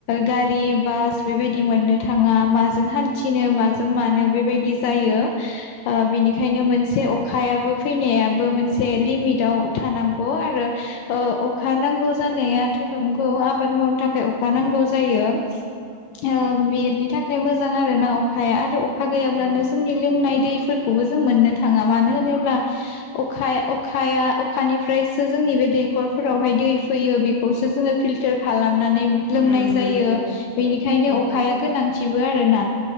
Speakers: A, on the left (about 85°); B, on the left (about 60°).
A: गारि बास बेबायदि मोननो थाङा। माजों हान्थिनो माजों मानो बेबायदि जायो, ओ बेनिखायनो एसे
B: औ
A: अखायाबो फैनाया बो मोनसे लिमिटआव थानांगौ आरो ओ अखा नांगौ जानायाथ'। नंगौ आबाद मावनो थाखाय अखा नांगौ जायो, औ बेनि थाखाय मोजां आरो ना अखाया आरो अखा गैयाब्लानो
B: औ
A: जोंनि लोंनाय दैफोरखौबो जों मोननो थाङा। मानो होनोब्ला अखा अखाया अखानिफ्रायसो जोंनि बे दैकफोरावहाय दै फैयो। बेखौ जों पिल्टार खालामनानै लोंनाय
B: उम
A: जायो,
B: नंगौ
A: बेनिखायनो
B: औ
A: अखाया गोनां थिबो आरो ना